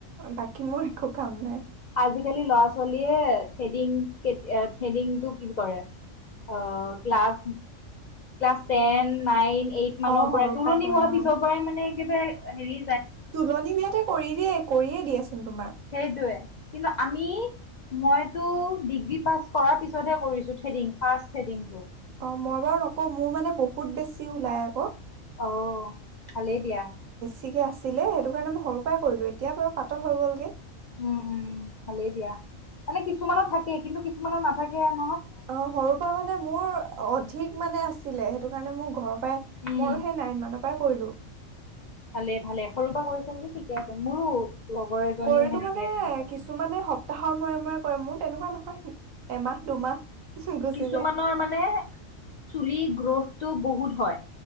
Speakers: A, on the right (about 75°); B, on the left (about 55°).
A: বা কি মোৰ একো কাম নাই।
B: আজিকালি ল'ৰা-ছোৱালীয়ে থ্ৰেডিং-কেত-এ-থেডিংটো কি কৰে, আ class class ten, nine eight মানৰ
A: অ
B: পৰাই,
A: সৰুৰ
B: তুলনি
A: কৰে
B: হোৱা পিছৰ
A: অ।
B: পৰাই মানে একেবাৰে আ হেৰী
A: তুলনি বিয়াতে কৰি দিয়ে, কৰিয়ে দিয়াচোন তোমাৰ।
B: সেইটোৱে কিন্তু আমি, মইতো ডিগ্ৰী পাছ কৰাৰ পিছতহে কৰিছো থ্ৰেডিং, ফাৰ্ষ্ট থ্ৰেডিংটো।
A: অ', মই বাৰু নকওঁ মোৰ মানে বহুত বেছি ওলায় আকৌ।
B: অ', ভালেই দিয়া।
A: ঠিকে আছ দিলে হেটো কাৰণে মই সৰু পাই কৰিলো, এতিয়া বাৰু পাতল হৈ গ'ল গে।
B: উ, উ ভালে দিয়া, মানে কিছুমানৰ থাকে কিন্তু কিছুমানৰ নাথাকে আ
A: অ' সৰু পৱা মানে মোৰ অধিক মানে আছ ছিলে, হেটো কাৰণে মোক ঘৰ পায়,
B: উম
A: ময়ো সেই নাইন মানৰ পাই কৰিলোঁ।
B: ভালে, ভালে সৰুৰ পৰা কৰিছা যদি ঠিকে আছে। মোৰো লগৰ এজনীও
A: কৰিলোঁ
B: সেনেকে
A: মানে
B: বহুত আছে
A: কিছুমানে সপ্তাহ ৰ মূৰে, মূৰে কৰে মোৰ তেনেকুৱা নহয়, এমাহ, দুমাহ গুচি
B: কিছুমানৰ
A: যায়
B: মানে চুলি গ্ৰথটো বহুত। হয়।